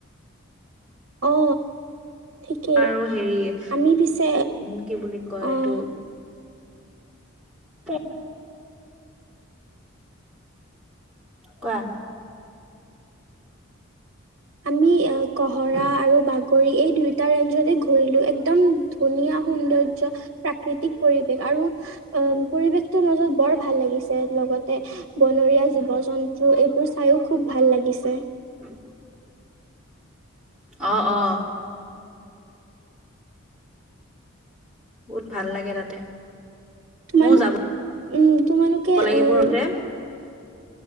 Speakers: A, on the right; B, in the centre.
A: অ ঠিকেই
B: আৰু হেৰি
A: আমি পিছে
B: উম কি বুলি কয়
A: অ'
B: এইটো তে কোৱা?
A: আমি এ কহৰা আৰু বাগৰি এই দুইটা ৰেঞ্জতে ঘূৰিলো একদম ধুনীয়া সৌন্দৰ্য প্ৰাকৃতিক পৰিৱেশ আৰু আম পৰিৱেশটো মাজত বৰ ভাল লাগিছে লগতে বনৰীয়া জীৱ-জন্তু এইবোৰ চাইও খুব ভাল লাগিছে।
B: <unintelligible> অ অ। বহুত ভাল লাগে তাতে।
A: তোমাল
B: ময়ো যাব
A: উম তোমালোকে
B: লাগিব
A: অহ
B: যে